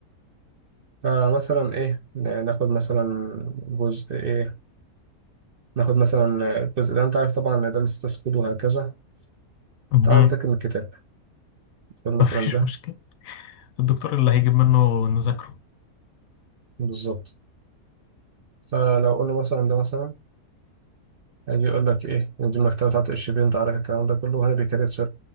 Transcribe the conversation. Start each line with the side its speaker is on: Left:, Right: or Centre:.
Right: فمثلا ايه ن- ناخد مثلا جزء ايه ناخد مثلا الجزء ده انت عارف طبعا ان ده لسه تسكود وهكذا
Left: مهم.
Right: تعال عندك من الكتاب خد
Left: <laughs>
Right: مثلا
Left: مفيش
Right: ده
Left: مشكله الدكتور اللي هيجيب منه نذاكره
Right: بالظبط فلو قلنا مثلا ده مثلا هيجي يقول لك ايه إن دي المكتبه بتاعت الشبيه انت عارف الكلام ده كله وهنا بيكريت